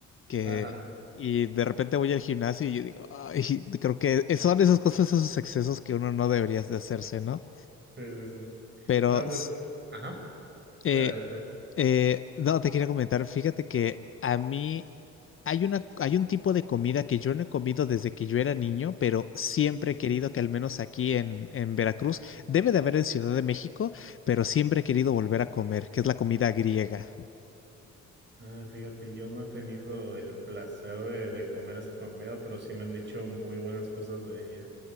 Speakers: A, on the left; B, on the right.
A: que
B: Ajá.
A: y de repente voy al gimnasio y yo digo, ay, creo que son esas cosas, esos excesos que uno no debería de hacerse, ¿no?
B: Sí, sí, sí.
A: Pero,
B: No, pues,
A: s-
B: ajá.
A: eh,
B: Sí, adelante.
A: eh, no, te quería comentar, fíjate que a mí hay una, hay un tipo de comida que yo no he comido desde que yo era niño, pero siempre
B: Ujú.
A: he querido que al menos aquí en, en Veracruz, debe de haber en Ciudad de México, pero siempre he querido volver a comer, que es la comida griega.
B: Ah, fíjate, yo no he tenido el placer de, de comer esa comida, pero sí me han dicho muy buenas cosas de ella.